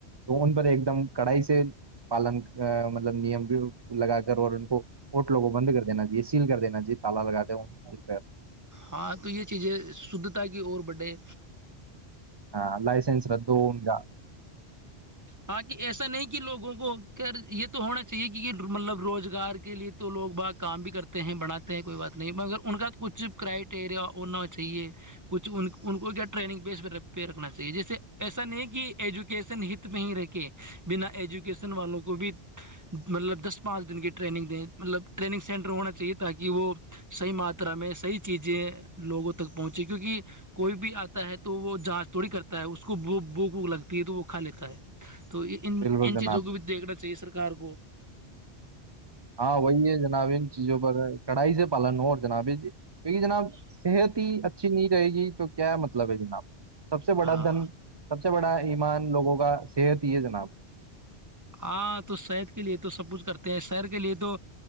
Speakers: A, on the right; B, on the right.
A: تو ان پر ایک دم کڑائی سے پالن مطلب نیم بھی لگا کر اور ان کو ہوٹلوں کو بند کر دینا چاہیے سیل کر دینا چاہیے تالا لگا د ہ ان پ
B: ہاں تو یہ چیزیں شھتا کی اور بڈے
A: ہاں لائسنس ب دو انا
B: ہاں ایسا نہیں کہ لوگوں کو کر یہ تو ہونا چاہیے کہ مطلب روزگار کے لیے تو لوگ ب کام بھی کرتے ہیں بناتے ہیں کوئی بات نہیں مگر ان کا کچھ کرائٹیریا ہونا چاہیے کچھ ان کو کیا ٹرینگ پس رکھنا چاہیے جیسے ایسا نہیں کہ ایجوکیشن میںہ ہی رہ کے بنا ایجوکیشن والوں کو بھی مطلب دس پانچ دن کی ٹریننگ دیں مطلب ٹریننگ سینٹر ہونا چاہیے تاکہ وہ صحیح ماترا میں صحیح چیزیں لوگوں تک پہنچے کیونکہ کوئی بھی آتا ہے تو وہ جانچ تھوڑی کرتا ہے اس کو ب بوک ووک لگتی ہے تو وہ کھا لیتا ہے تو یہ ان
A: بالکل
B: ان چیزوں
A: جناب
B: کو بھی دیکھنا چاہیے سرکار کو
A: ہاں وہی ہے جناب ان چیزوں پر ہے کڑھائی سے پالن ہو اور جناب یہ جی کیونکہ جناب صحت ہی اچھی نہیں رہے گی تو کیا مطلب ہے جناب سب سے بڑا
B: ہاں
A: دھن سب سے بڑا ایمان لوگوں کا صحت یہ جناب
B: ہاں تو صحت کے لیے تو سب کچھ کرتے ہیں شہر کے لیے تو